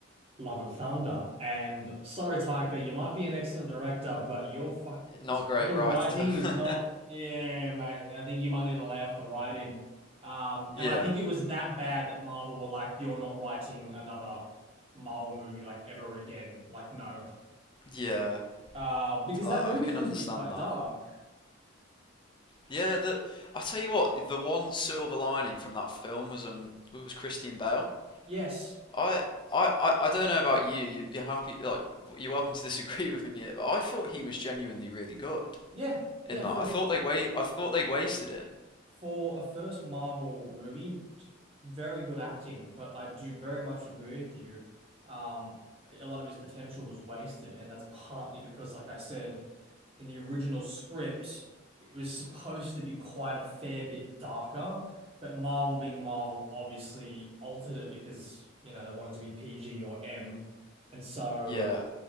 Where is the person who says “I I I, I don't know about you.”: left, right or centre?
Left